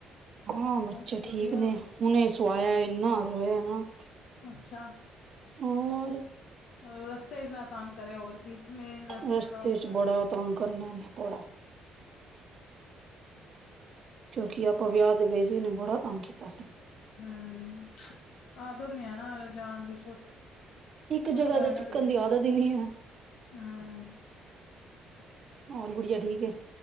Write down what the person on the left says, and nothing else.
ਬਸ ਵਧੀਆ,
ਅੱਛਾ।
ਅ ਰਸਤੇ ਨਾ ਤੰਗ ਕਰੇ ਹੋਰ ਕੀ, ਮੇਨ
ਦਾ ਹੁੰਦਾ।
ਹਮ- ਆਦਤ ਨੀ ਹੈ ਨਾ ਜਾਣ ਦੀ
ਵੱਡਾਹੈਗਾ।
ਧੀਰੇ-ਧੀਰੇ
ਹਮ <unintelligible>